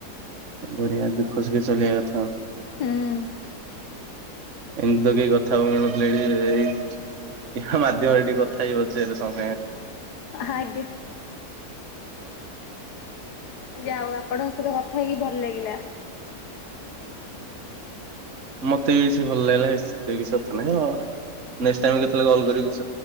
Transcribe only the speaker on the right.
ବଢିଆ ଦୁଃଖ ସୁଖେ ଚଲେଇଆ କଥା ଆଉ।
ଏମିତି ତ କେହି କଥା ହେବାକୁ ମିଳୁନଥିଲେ ଏଇଠି। ଇଏ ମାଧ୍ୟମରେ ଟିକେ କଥା ହେଇ ପାରୁଛେ ହେଲେ ସମସ୍
ମତେ ବି ବେଶି ଭଲ ଲାଗିଲା କିଛି କଥା ନାହିଁ। ନେକ୍ସଟ୍ ଟାଇମ୍ କେତେବେଳେ କଲ କରିବି।